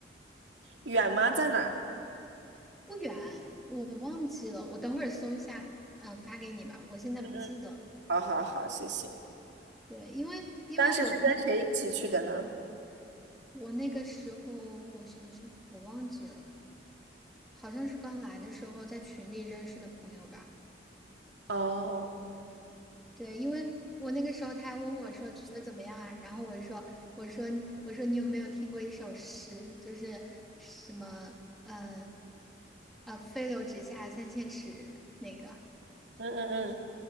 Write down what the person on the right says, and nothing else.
远吗？在哪儿？
嗯嗯，好好好，谢谢。
当时是跟谁一起去的呢？
哦，
嗯嗯嗯，